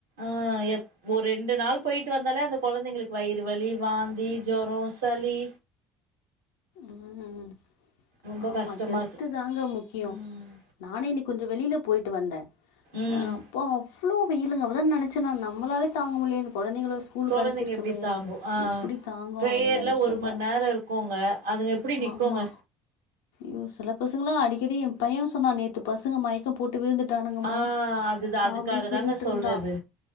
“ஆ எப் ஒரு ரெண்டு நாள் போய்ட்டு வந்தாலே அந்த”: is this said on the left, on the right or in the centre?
Right